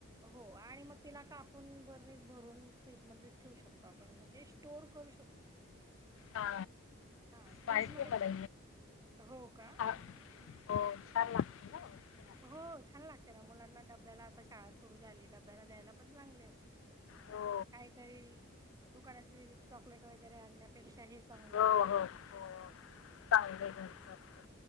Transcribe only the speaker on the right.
हो आणि मग तिला का आपण बरणीत भरून फ्रीजमध्ये ठेवू शकतो आपण म्हणजे स्टोअर करू शकतो
हा
फ्रीजमध्ये
हो का
हो छान लागते ना मुलांना डब्याला आता शाळा सुरू झाली डब्याला द्यायला चागंल आहे ते
काहितरी दुकानाचे चॉकलेट वगैरे आणण्या पेक्षा हे चांगलं
असत
हो
मुलांचे